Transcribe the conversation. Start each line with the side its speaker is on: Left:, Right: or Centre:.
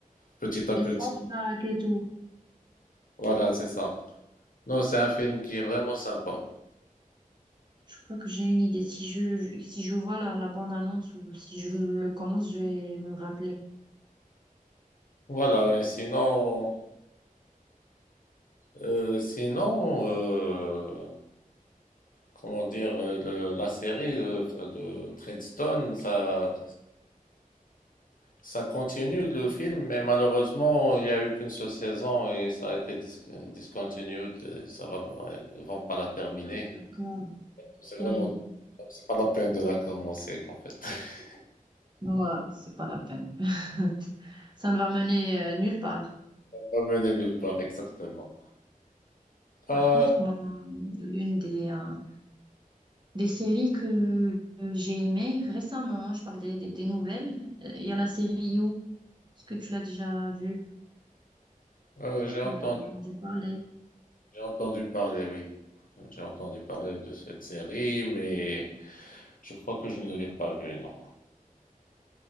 Left: petit à
Right: Les
Left: petit.
Right: flashbacks et tout.
Left: Voilà, c'est ça. Non, c'est un film qui est vraiment sympa.
Right: Je crois que j'ai une idée. Si je, je- si je vois la, la bande-annonce ou si je le commence, je vais me rappeler.
Left: Voilà, mais sinon, euh, sinon. euh, comment dire, euh, le- la série de, de Treadstone, ça, ça continue le film, mais malheureusement, il n'y a eu qu'une seule saison et ça a été dis- discontinued. et Ça va, ils vont pas la terminer.
Right: Ah, D'accord.
Left: C'est vraiment,
Right: Oui,
Left: c'est pas la peine de la commencer, en fait. <laughs>
Right: ouais, c'est pas la peine. <laughs> Ça ne va mener euh, nulle part.
Left: Ça va mener nulle part, exactement. Euh,
Right: Par contre, moi, l'une des, euh, des séries que euh, j'ai aimées récemment, je parle des, des, des nouvelles, euh, il y a la série You. Est-ce que tu l'as déjà vue
Left: euh, j'ai entendu,
Right: ou l'as entendu parler?
Left: j'ai entendu parler, oui. J'ai entendu parler de cette série, mais je crois que je ne l'ai pas vue, non.